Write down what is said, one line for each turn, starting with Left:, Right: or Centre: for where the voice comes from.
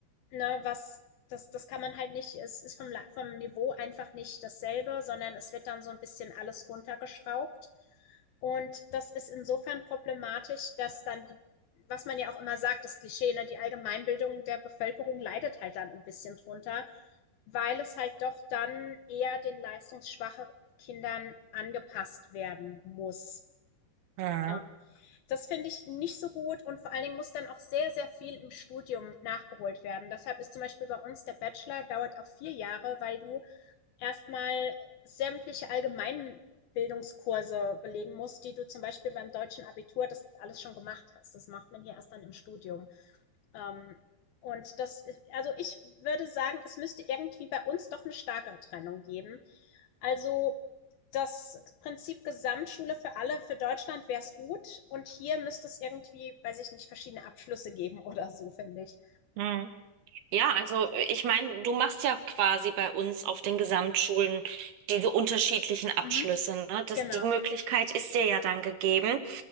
Left: ne, was, das, das kann man halt nicht, es ist vom, vom Niveau einfach nicht dasselbe, sondern es wird dann so ein bisschen alles runtergeschraubt. Und das ist insofern problematisch, dass dann die, was man ja auch immer sagt, das Klischee, ne, die Allgemeinbildung der Bevölkerung leidet halt dann ein bisschen drunter, weil es halt doch dann eher den leistungsschwachen Kindern angepasst werden muss.
Right: Mhm.
Left: Ähm, das finde ich nicht so gut und vor allen Dingen muss dann auch sehr, sehr viel im Studium nachgeholt werden. Deshalb ist zum Beispiel bei uns der Bachelor dauert auch vier Jahre, weil du erstmal sämtliche allgemeinen Bildungskurse belegen musst, die du zum Beispiel beim deutschen Abitur das alles schon gemacht hast. Das macht man hier erst dann im Studium. Ähm, und das, also ich würde sagen, es müsste irgendwie bei uns doch eine starke Trennung geben. Also das Prinzip Gesamtschule für alle, für Deutschland wäre es gut. Und hier müsste es irgendwie, weiß ich nicht, verschiedene Abschlüsse geben <laughs> oder so, finde ich.
Right: Mhm. Ja, also ich meine, du machst ja quasi bei uns auf den Gesamtschulen diese unterschiedlichen Abschlüsse,
Left: Mhm,
Right: ne? Das,
Left: genau.
Right: die Möglichkeit ist dir ja dann gegeben.